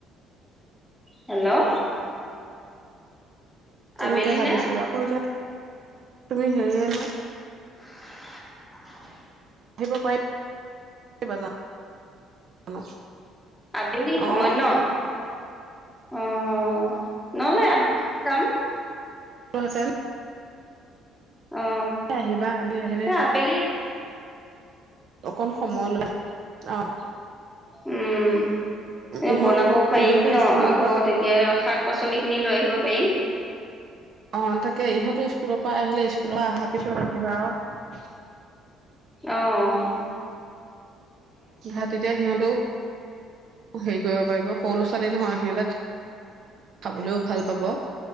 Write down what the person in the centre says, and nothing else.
হেল্ল'
আবেলি
নে
<unintelligible>
আবেলি সময়
ন উম নহ'লে আাম জাম
অ
সেই আবেলি
উ'ম
বনাবও পাৰিম
ন
আগৰ
তেতিয়া শাক পাচলি খিনি লৈ আহিব। পাৰিম।
আহ